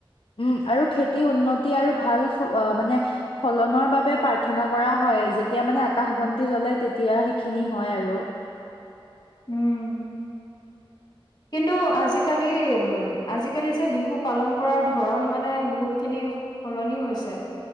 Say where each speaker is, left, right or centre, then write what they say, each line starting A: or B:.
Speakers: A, on the left; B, on the left.
A: উম, আৰু খেতিৰ উন্নতি আৰু ভাল মানে ফলনৰ বাবে প্ৰাৰ্থনা কৰা হয়, যেতিয়া মানে আকাশ বন্তি জ্বলে, তেতিয়া সেইখিনি হয় আৰু।
B: উম। কিন্তু, আজিকালি, আজিকালি যে, বিহু পালন কৰাৰ ধৰণ মানে বহুত খিনি সলনি হৈছে,